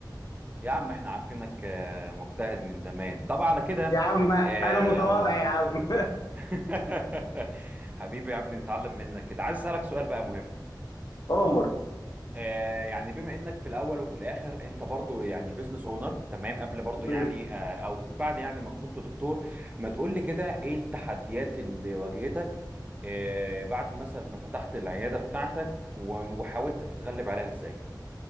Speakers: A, on the right; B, on the left.
A: يا عم احنا عارفينك آه، مجتهد من زمان طبعا على كده
B: يا عم
A: آه...
B: انا متواضع يا عم
A: <laughs> حبيبي يا عم نتعلم منك كده عايز اسالك سؤال بقى مهم
B: <laughs> عمر
A: آه يعني بما انك في الاول وفي الاخر انت برضو يعني بزنس اونر تمام قبل برضو يعني
B: مم.
A: آه او بعد يعني ما كنت دكتور ما تقول لي كده ايه التحديات اللي واجهتك آه بعد مثلا ما فتحت العياده بتاعتك و- وحاولت تتغلب عليها ازاي